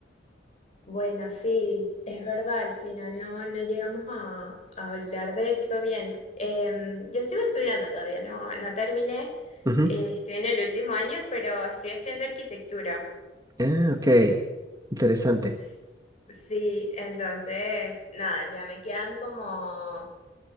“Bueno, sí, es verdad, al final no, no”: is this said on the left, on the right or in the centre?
Left